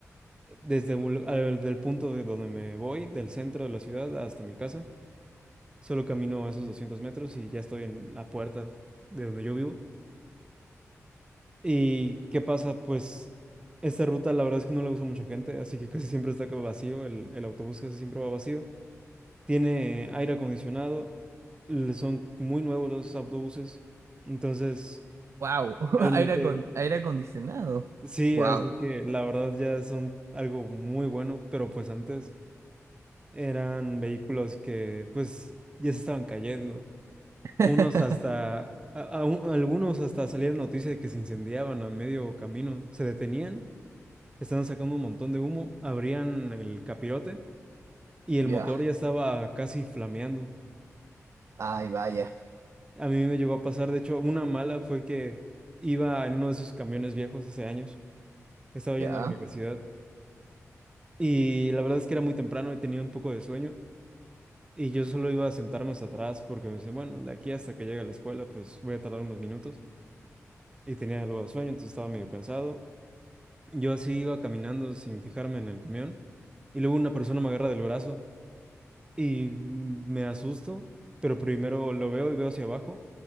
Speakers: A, on the right; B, on the right.
A: Desde el punto de donde me voy, del centro de la ciudad hasta mi casa, solo camino esos 200 metros y ya estoy en la puerta de donde yo vivo. ¿Y qué pasa? Pues esta ruta la verdad es que no la usa mucha gente, así que casi siempre está como vacío, el, el autobús casi siempre va vacío. Tiene aire acondicionado, le- son muy nuevos los autobuses, entonces
B: Wow, <laughs>
A: realmente
B: aire, acon- aire acondicionado.
A: sí,
B: Wow.
A: así que la verdad ya son algo muy bueno, pero pues antes... eran vehículos que pues ya se estaban cayendo.
B: <laughs>
A: Unos hasta, a- a- un- algunos hasta salía la noticia de que se incendiaban a medio camino, se detenían, estaban sacando un montón de humo, abrían el capirote y el
B: Ya.
A: motor ya estaba casi flameando.
B: Ay, vaya.
A: A mí me llegó a pasar, de hecho, una mala fue que iba en uno de esos camiones viejos hace años, estaba yendo
B: Ya.
A: a la universidad y la verdad es que era muy temprano y tenía un poco de sueño. Y yo solo iba a sentarme hasta atrás porque me decía, bueno, de aquí hasta que llegue a la escuela, pues voy a tardar unos minutos. Y tenía algo de sueño, entonces estaba medio cansado. Yo así iba caminando sin fijarme en el camión. Y luego una persona me agarra del brazo y mm, me asusto, pero primero lo veo y veo hacia abajo.